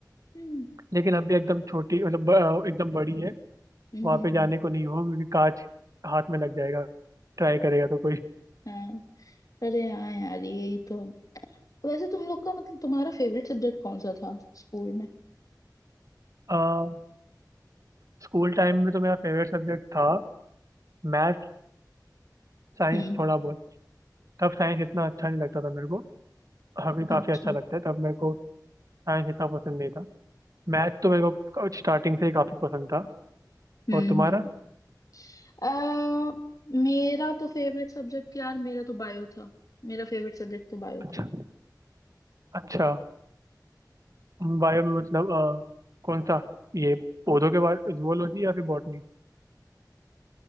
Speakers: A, on the left (about 50°); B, on the right (about 50°).
A: हम्म
B: लेकिन अभी एकदम छोटी मतलब ब- एकदम बड़ी है
A: हम्म
B: वहाँ
A: हम्म,
B: पे जाने को नहीं होगा क्योंकि कांच हाथ में लग जाएगा ट्राई करेगा तो कोई
A: हाँ अरे हाँ यार यही तो वैसे तुम लोग का मतलब तुम्हारा फेवरेट सब्जेक्ट कौन सा था स्कूल में
B: आ, स्कूल टाइम में तो मेरा फेवरेट सब्जेक्ट था मैथ साइंस
A: हम्म
B: थोड़ा बहुत तब साइंस इतना अच्छा नहीं लगता था मेरे को अभी काफ़ी
A: अच्छा
B: अच्छा लगता है तब मेरे को साइंस इतना पसंद नहीं था मैथ तो मेरे को स्टार्टिंग से ही काफी पसंद था
A: हम्म
B: और तुम्हारा
A: हम्म हम्म। अ, मेरा तो फेवरेट सब्जेक्ट यार मेरा तो बायो था मेरा फेवरेट सब्जेक्ट तो बायो
B: अच्छा
A: था
B: अच्छा बायो में मतलब अ, कौन सा ये पौधों के बारे जुअलोजी या फिर बॉटनी